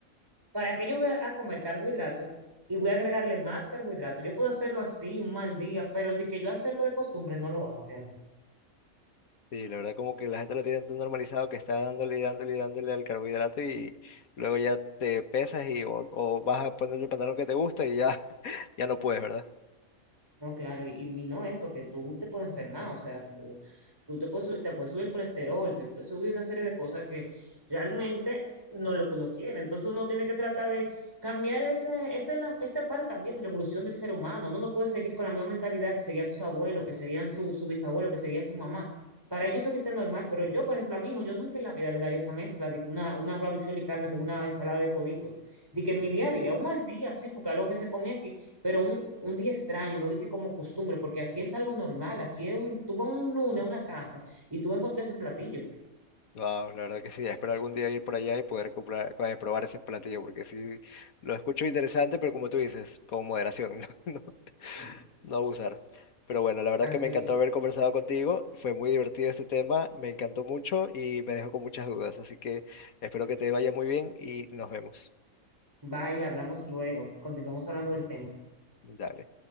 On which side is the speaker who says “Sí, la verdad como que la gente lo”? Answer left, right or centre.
Left